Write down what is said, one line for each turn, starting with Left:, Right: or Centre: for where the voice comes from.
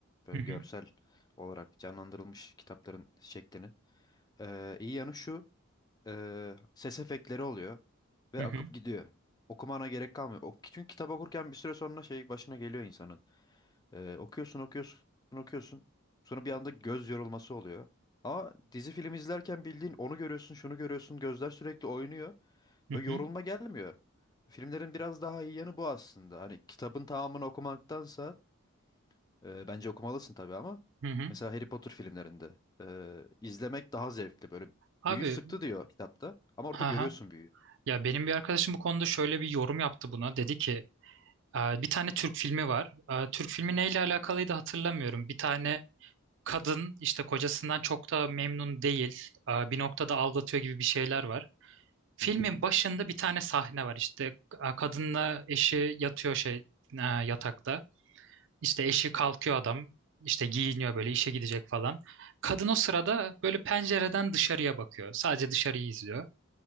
Left: böyle
Right: Hı
Left: görsel
Right: hı,
Left: olarak canlandırılmış kitapların şeklinin e, iyi yanı şu e, ses efektleri oluyor ve
Right: hı hı,
Left: akıp gidiyor. Okumana gerek kalmıyor. O, çünkü kitap okurken bir süre sonra şey başına geliyor insanın. E, okuyorsun okuyorsun okuyorsun. Sonra bir anda göz yorulması oluyor. Ama dizi film izlerken bildiğin onu görüyorsun, şunu görüyorsun, gözler sürekli oynuyor.
Right: hı
Left: Böyle
Right: hı,
Left: yorulma gelmiyor. Filmlerin biraz daha iyi yanı bu aslında. Hani kitabın tamamını okumaktansa ee, bence okumalısın tabii ama
Right: hı hı.
Left: mesela Harry Potter filmlerinde e, izlemek daha zevkli. Böyle
Right: Abi,
Left: büyü sıktı diyor kitapta ama orada
Right: ha
Left: görüyorsun
Right: ha.
Left: büyüyü.
Right: Ya benim bir arkadaşım bu konuda şöyle bir yorum yaptı buna. Dedi ki "Aa, bir tane Türk filmi var. Aa, Türk filmi neyle alakalıydı hatırlamıyorum. Bir tane kadın işte kocasından çok da memnun değil. Ee, Bir noktada aldatıyor gibi bir şeyler var. Filmin
Left: Hı hı.
Right: başında bir tane sahne var işte e, kadınla eşi yatıyor şey e, yatakta. İşte eşi kalkıyor adam işte giyiniyor böyle işe gidecek falan. Kadın o sırada böyle pencereden dışarıya bakıyor. Sadece dışarıyı izliyor.